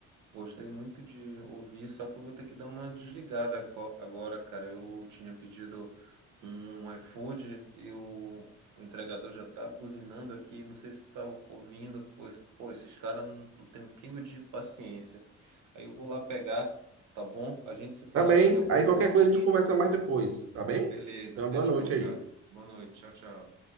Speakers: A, on the right (about 80°); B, on the right (about 50°).
A: Gostei muito de ouvir, só que eu vou ter que dar uma desligada aco- agora, cara. Eu tinha pedido um iFood e o, o entregador já tá buzinando aqui. Não sei se tá ouvindo. Pô, pô, esses caras não, não tem um pingo de paciência. Aí eu vou lá pegar, tá bom? A gente se fala
B: Tá bem?
A: daqui a pouco,
B: Aí qualquer
A: mais um
B: coisa
A: pouquinho.
B: a gente conversa mais depois, tá bem?
A: Beleza,
B: Então,
A: fechou,
B: boa noite
A: cara.
B: aí.
A: Boa noite. Tchau, tchau.